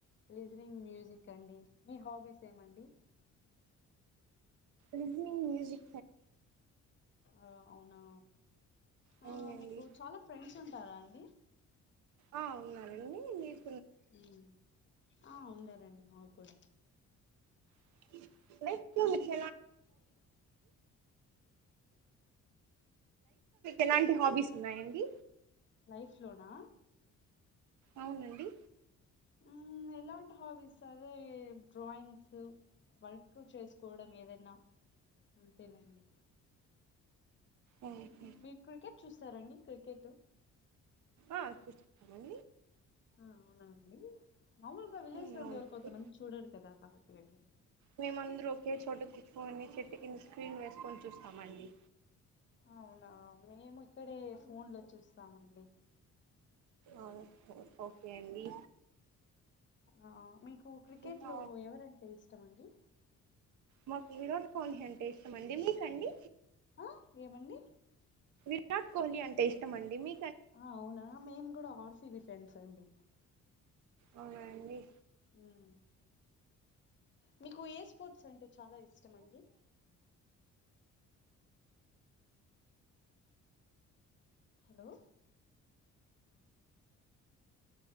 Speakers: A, on the left (about 40°); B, on the right (about 75°).
A: listening music అండి మీ హాబీస్ ఏమండి
B: లిజనింగ్ మ్యూజిక్
A: ఆ అవునా
B: అవునండి
A: ఆ మీకు చాలా ఫ్రెండ్స్ ఉం టారా అండి
B: ఆ ఉన్నారండి మీర్
A: ఉమ్ ఆ ఉండారండి మాక్కూడా
B: <unintelligible> లైఫ్ లో మీకు ఎలాంటి హాబీస్ ఉన్నాయండి
A: లైఫ్ లోనా
B: అవునండి
A: ఉమ్మ్ ఎలాంటి హాబీస్ అదే డ్రాయింగ్స్ వర్క్ చేసుకోవడం ఏదైనా అంతేనండి
B: ఓకే.
A: మ్మ్ మీరు క్రికెట్ చూస్తారా అండి క్రికెటు
B: ఆ చూస్తాన్
A: ఆ అవునాండి మామూలుగా విలేజ్
B: ఉమ్,
A: లో
B: అవునండి
A: ఉండే వాళ్లు కొంతమంది చూడరు కదా కాబట్టి అడిగాను
B: మేమందరూ ఒకే చోట కూచ్చొని చెట్టు కింద స్క్రీన్ వేసుకొని చూస్తామండి
A: అవునా మేము ఇక్కడే ఫోన్ లో చూస్తామండి
B: అవున్ ఓ ఓకే అండి
A: ఆ మీకు క్రికెట్
B: ఇంకా
A: లో ఎవరంటే ఇష్టం అండి
B: మాకు విరాట్ కోహ్లీ అంటే ఇష్టమండి మీకండి
A: ఆ ఏమండి
B: విరాట్ కోహ్లీ అంటే ఇష్టమండి మీ
A: ఆ అవునా మేము కూడా ఆర్ సి బి ఫ్రెండ్స్ అండి
B: అవునా అండి
A: ఉమ్ మీకు ఏ స్పోర్ట్స్ అంటే చాలా ఇష్టం అండి హలో